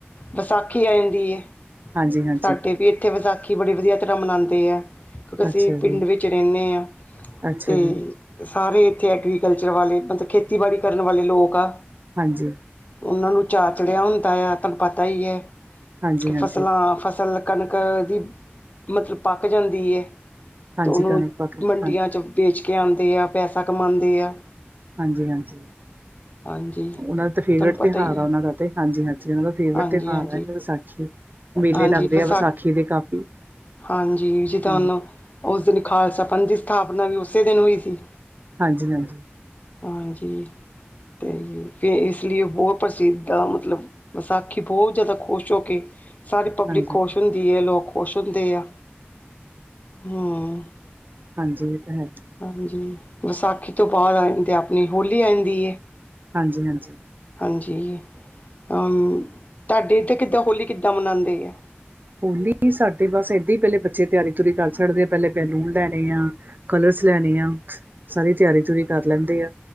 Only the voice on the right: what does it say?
ਹਾਂਜੀ ਹਾਂਜੀ
ਅੱਛਾ ਜੀ
ਅੱਛਾ
ਜੀ
ਹਾਂਜੀ।
ਹਾਂਜੀ
ਹਾਂਜੀ
ਹਾਂਜੀ
ਕਣਕ ਪੱਕ ਹਾਂਜੀ
ਹਾਂਜੀ- ਹਾਂਜੀ।
ਉਹਨਾਂ ਦਾ ਤੇ ਫੇਵਰੇਟ
ਤਿਉਹਾਰ
ਆ
ਉਹ ਦਾ ਤੇ ਹਾਂਜੀ- ਹਾਂਜੀ ਉਹ ਦਾ ਫੇਵਰੇਟ
ਤਿਉਹਾਰ
ਹੈ ਵਿਸਾਖੀ ਮੇਲੇ
ਲੱਗਦੇ
ਆ ਵਿਸਾਖੀ ਦੇ ਕਾਫੀ
ਹਮ
ਹਾਂਜੀ- ਹਾਂਜੀ।
ਹਾਂਜੀ
ਹਾਂਜੀ ਇਹ ਤਾਂ ਹੈ।
ਹਾਂਜੀ- ਹਾਂਜੀ।
ਹੋਲੀ ਸਾਡੇ ਬਸ ਇਦੇ ਹੀ ਪਹਿਲੇ ਬੱਚੇ ਤਿਆਰੀ ਤਿਓਰੀ ਕਰ ਛ ਡਦੇ ਆ ਪਹਿਲੇ ਬੈਲੂਨ ਲੈਣੇ ਆ ਕਲਰਸ ਲੈਣੇ ਆ ਸਾਰੀ ਤਿਆਰੀ ਤੂਰੀ ਕਰ ਲੈਂਦੇ ਆ